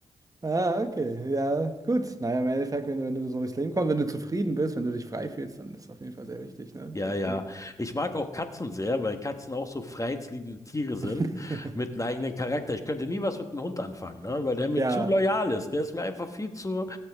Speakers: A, on the right; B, on the left.
A: Ah, okay. Ja, gut. Naja, im Endeffekt, wenn du, wenn du so durchs Leben kommst, wenn du zufrieden bist, wenn du dich frei fühlst, dann ist das auf jeden Fall sehr wichtig, ne?
B: Ja,
A: Sehr
B: ja.
A: schön.
B: Ich mag auch Katzen sehr, weil Katzen auch so freiheitsliebende Tiere sind
A: <laughs>
B: mit einem eigenen Charakter. Ich könnte nie was mit einem Hund anfangen, ne? Weil der mir
A: Ja.
B: zu loyal ist. Der ist mir einfach viel zu